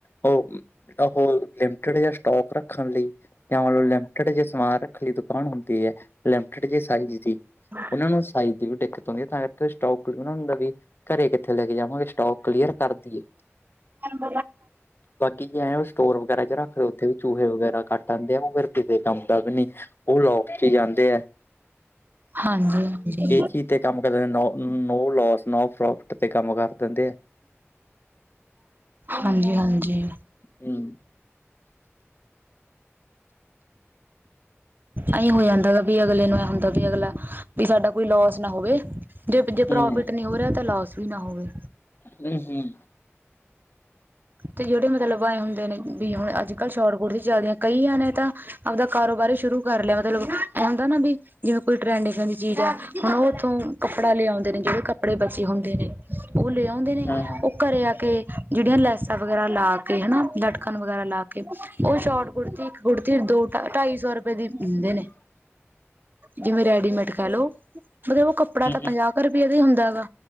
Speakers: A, on the left; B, on the right.
A: ਉਹ ਉਹ ਲਿਮਟਿਡ ਜਹਾ ਸਟੋਕ ਰੱਖਣ ਲਈ। ਜਾਂਤਲਬ ਲਿਮਟਿਡ ਜ ਸਮਾਨ ਖਰੀ ਦੁਕਾਨ ਹੁੰਦੀ ਐ। ਲਿਮਟਡ ਜੇ ਸਾਈਜ਼ ਦੀ।
B: ਹਾਂ।
A: ਉਹਨਾਂ ਨੂੰ ਸਾਈਜ਼ ਦੀ ਵੀ ਦਿੱਕਤ ਆਉਂਦੀ ਹੈ। ਤਾਂ ਕਰਕੇ ਸਟੋਕ ਉਹ ਦਾ ਵੀ ਘਰੇ ਕਿੱਥੇ ਲੈ ਕੇ ਜਾਵਾਂਗੇ। ਸਟੋਕ ਕਲੀਅਰ ਕਰਦੀ ਏਂ।
B: ਬ।
A: ਬਾਕੀ। ਜੇ ਐਂ ਉਹ ਸਟੋਰ ਵਗੈਰਾ ਚ ਰੱਖਦੇ ਉੱਥੇ ਵੀ ਚੂਹੇ ਵਗੈਰਾ ਕੱਟ ਆਉਂਦੇ ਆ। ਉਹ ਫੇਰ ਕਿਸੇ ਕੰਮ ਦਾ ਵੀ ਨਹੀਂ। ਉਹ ਲੋਕ ਕੇ ਜਾਂਦੇ ਹੈ।
B: ਹਾਂਜੀ ਹਾਂਜੀ।
A: ਚੀਜ਼ ਤੇ ਕੰਮ ਕਰ ਦਿੰਦੇ ਨ। ਨੋ ਲੋਸ ਨੋ ਪ੍ਰੋਫਿਟ ਤੇ ਕੰਮ ਕਰ ਦਿੰਦੇ ਆ।
B: ਹਾਂਜੀ ਹਾਂਜੀ।
A: ਹਮ।
B: ਅਈ ਹੋ ਜਾਂਦਾ ਗਾ। ਵੀ ਅਗਲੇ ਨੂੰ ਇਹ ਹੁੰਦਾ ਵੀ ਅਗਲਾ ਵੀ ਸਾਡਾ ਕੋਈ ਲੋਸ ਨਾ ਹੋਵੇ। ਜੇ ਜੇ
A: ਹੂੰ
B: ਪ੍ਰੋਫਿਟ ਨਹੀਂ ਹੋ ਰਿਹਾ ਤਾਂ ਲੋਸ ਵੀ ਨਾ ਹੋਵੇ।
A: ਹਮ ਹਮ।
B: ਤੇ ਜਿਹੜੇ ਮਤਲਬ ਆਏਂ ਹੁੰਦੇ ਨੇ। ਵੀ ਹੁਣ ਅੱਜ ਕੱਲ੍ਹ ਸ਼ੋਟਕਟ ਦੀ ਚੱਲਦੀਆਂ ਕਈਆਂ ਨੇ ਤਾਂ ਆਪਦਾ ਕਾਰੋਬਾਰ ਹੀ ਸ਼ੁਰੂ ਕਰ ਲਿਆ। ਮਤਲਬ ਹੁੰਦਾ ਨਾ ਵੀਂ ਜਿਵੇਂ ਕੋਈ ਟਰੈਂਡ ਇ ਦਾ ਦੀ ਚੀਜ਼ ਹੈ, ਹੁਣ ਔਥੌ ਕੱਪੜਾ ਲਿਆਉਂਦੇ ਨੇ, ਜੋ ਵੀ ਕੱਪੜੇ ਬਚੇ ਹੁੰਦੇ ਨੇ ਔ ਲਿਆ। ਹਦੇ ਨੇ।
A: ਹਾਂ ਹਾਂ
B: ਉਹ ਘਰੇ ਆ ਕੇ ਜਿਹੜੀਆਂ ਲੈ। ਸਾ ਵਗੈਰਾ ਲਾ ਕੇ। ਹਨਾ ਲਟਕਣ ਵਗੈਰਾ ਲਾ ਕੇ। ਉਹ ਸ਼ੋਟ ਕੁੜਤੀ ਇੱਕ ਕੁੜਤੀ ਦੋ ਢਾਈ ਸੌ ਰੁਪਏ ਦੀ ਦਿੰਦੇ
A: ਹੂੰ
B: ਨੇ। ਜਿਵੇਂ ਰੈਡੀਮੇਡ ਕਹਿੰਲ ਲੋ ਕੱਪੜਾ ਤਾਂ
A: ਹੂੰ
B: ਪੰਜਾਹ ਕੁ ਰੁਪਇਏ ਦਾ ਹੀ ਹੁੰਦਾ ਵਾ